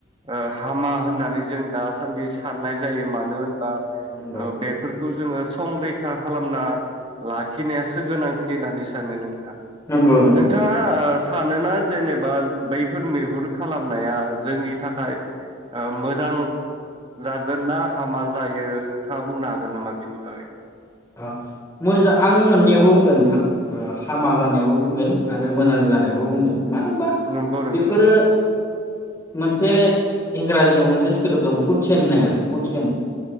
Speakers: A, on the right; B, on the left.
A: ओह हामा होननानै जों दासान्दि साननाय जायो मानो ओनबा। औ
B: नंगौ
A: बेफोर खौ जोङो संरैखा खालामना। लाखिनायासो गोनांथि होननानै सानो नों ओं
B: नंगौ नंगौ
A: नोंथाङा
B: नोंथां नंगौ
A: ओह सानोना जेनेबा बैफोर मैहुर खालामनाया जोंनि थाखाय ओ मोजां जागोन ना हामा जायो नोंथाङा बुंनो हागोन नामा बेनि बागै?
B: आ मोजा आं मोननैयावबो बुंगोन नोंथां ओह हामा जानायावबो बुंगोन आरो मोजां जानायावबो बुंगोन। मानो ओनबा
A: नंगौ नोंथां
B: बेफोरो मोनसे इंग्राजियाव मोनसे सोदोब दं फुटसेन होननाय आरो फुटसेन।